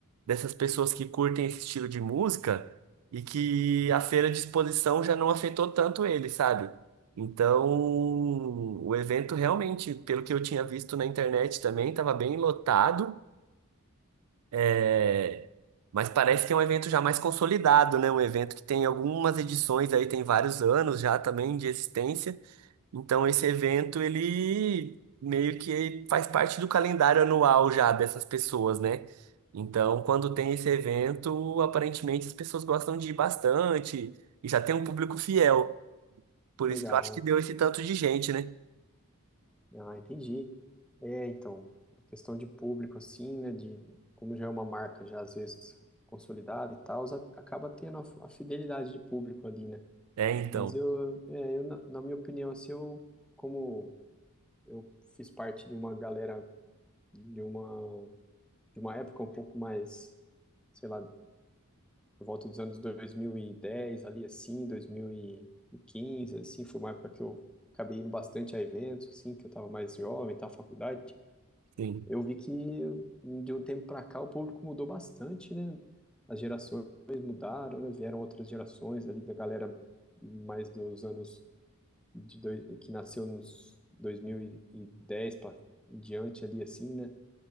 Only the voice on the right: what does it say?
dessas pessoas que curtem esse estilo de música e que a feira de exposição já não afetou tanto ele, sabe? Então, o evento realmente, pelo que eu tinha visto na internet também, estava bem lotado, é, mas parece que é um evento já mais consolidado, né? Um evento que tem algumas edições aí, tem vários anos já também de existência. Então esse evento ele meio que faz parte do calendário anual já dessas pessoas, né? Então, quando tem esse evento, aparentemente as pessoas gostam de ir bastante e já tem um público fiel. Por
isso que eu acho que deu esse tanto de gente, né?
É, então,
sim.